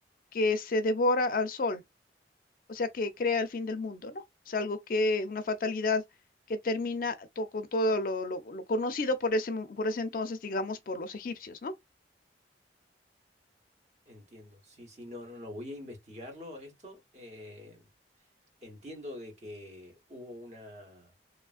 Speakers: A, on the left; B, on the right.
A: que se devora al sol o sea, que crea el fin del mundo, ¿no? Es algo que, una fatalidad que termina to- con todo lo, lo- lo conocido por ese, mo- por ese entonces, digamos, por los egipcios, ¿no?
B: Entiendo. Sí, sí, no, no, no, voy a investigarlo esto. eh, entiendo de que hubo una